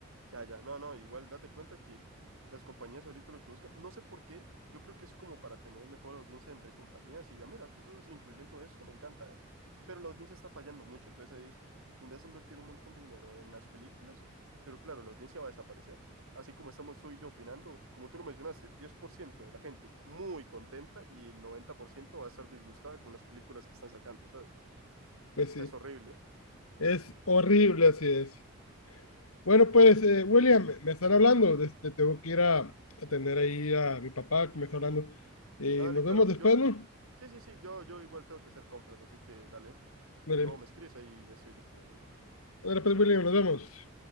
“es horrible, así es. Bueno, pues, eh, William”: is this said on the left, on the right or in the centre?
Left